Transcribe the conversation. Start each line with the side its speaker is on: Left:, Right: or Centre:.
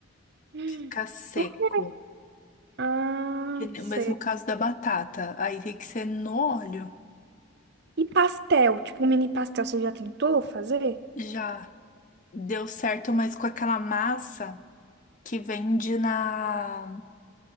Right: Hum,
Left: Fica seco.
Right: Por quê? Ah,
Left: E
Right: sei.
Left: O mesmo caso da batata. Aí tem que ser no óleo.
Right: E pastel, tipo mini pastel, você já tentou fazer?
Left: Já deu certo, mas com aquela massa que vende na